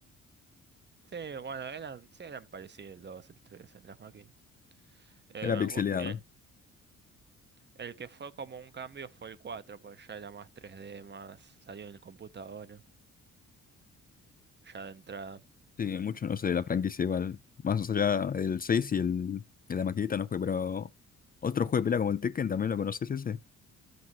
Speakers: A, on the right; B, on the left.
A: Sí, bueno, eran, sí eran parecidos el 2 el 3 en las máquinas. Eh,
B: Era
A: me
B: pixeleado.
A: acu- eh, el que fue como un cambio fue el 4 porque ya era más 3D, más salió en el computador, ya de entrada.
B: Sí, mucho no sé de la franquicia igual. Más allá del 6 y el, de la maquinita no fue, pero otro juego de pelea como el Tekken, ¿también lo conoces ese?